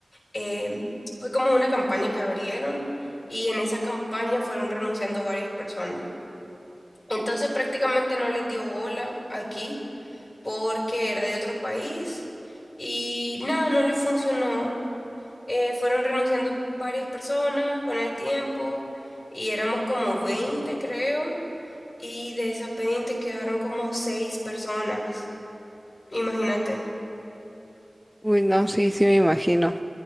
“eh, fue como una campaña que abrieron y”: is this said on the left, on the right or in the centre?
Left